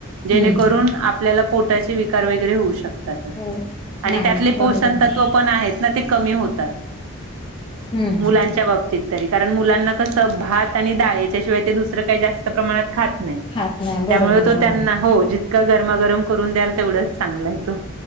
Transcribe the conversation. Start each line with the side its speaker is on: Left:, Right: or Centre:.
Right: जेणेकरून
Left: हम्म
Right: आपल्याला पोटाचे विकार वगैरे होऊ शकतात.
Left: हो.
Right: आणि
Left: नाही
Right: त्यातले
Left: बरोबर
Right: पोषण
Left: आहे
Right: तत्त्व पण आहेत ना ते कमी होतात.
Left: हम्म
Right: मुलांच्या बाबतीत. तरी कारण मुलांना कसं भात आणि डाळी च्या शिवाय ते दुसरं काही जास्त प्रमाणात खात- नाहीत.
Left: खात नाही
Right: त्यामुळे
Left: बरोबर
Right: तो
Left: आहे बरोबर
Right: त्यांना हो ज- -तका गरमागरम करून द्याल तेवढंच चांगला आहे तो.